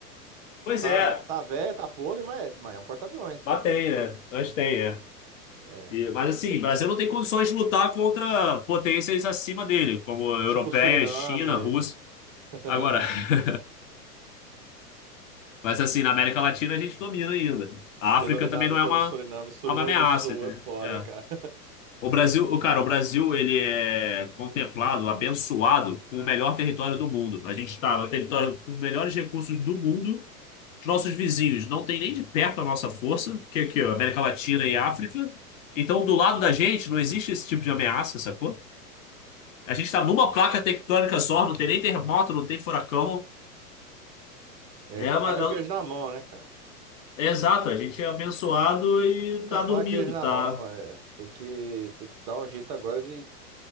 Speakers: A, on the left; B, on the right.
A: Pois
B: Tá,
A: é.
B: tá velho, tá podre, mas é, mas é um porta-aviões, cara.
A: Mas tem, né? Mas tem, é.
B: É.
A: E- mas assim, o Brasil não tem condições de lutar contra potências acima dele, como europeia
B: Tipo Suriname.
A: China, Rússia.
B: <laughs>
A: Agora, <laughs> mas assim, na América Latina a gente domina ainda.
B: Ser
A: A África
B: dominado
A: também não é
B: pelo
A: uma,
B: Suriname. Suriname
A: é uma ameaça,
B: do Sul
A: entendeu?
B: é foda,
A: É.
B: hein, cara?
A: O Brasil, o cara, o Brasil, ele é contemplado, abençoado com o melhor território do mundo. A gente está no território com os melhores recursos do mundo Os nossos vizinhos não têm nem de perto a nossa força, que é aqui, ó, América Latina e África. Então, do lado da gente, não existe esse tipo de ameaça, sacou? A gente está numa placa tectônica só, não tem nem terremoto, não tem furacão.
B: É,
A: É,
B: tá
A: uma-
B: faca e o queijo na mão, né, cara?
A: é- é exato, a gente é abençoado e
B: Tá com
A: tá
B: a faca
A: dormindo,
B: e o queijo na
A: tá?
B: mão, é. Tem que, tem que dar um jeito agora de,